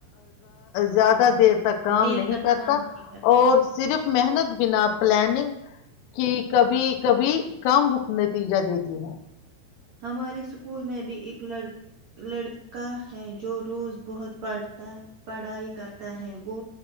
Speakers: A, on the left (about 80°); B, on the right (about 85°).
A: زیادہ دیر تک کام
B: دیر
A: نہیں
B: تک
A: کرتا
B: کام نہیں کرتے
A: اور
B: ہیں
A: صرف <unintelligible> محنت بنا پلاننگ کی کبھی کبھی کم نتی تجا دیتی ہے <inaudible>
B: ہمارے اسکول میں بھی ایک ل لڑکا ہے جو روز بہت پڑھتا پڑھائی کرتا ہے وہ